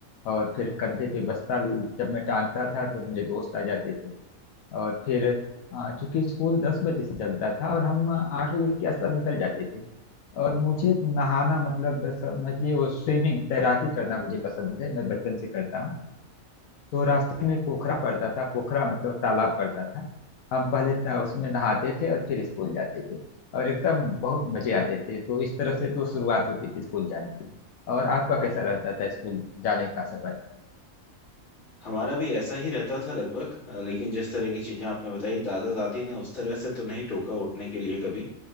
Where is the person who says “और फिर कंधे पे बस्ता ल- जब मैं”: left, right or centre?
Left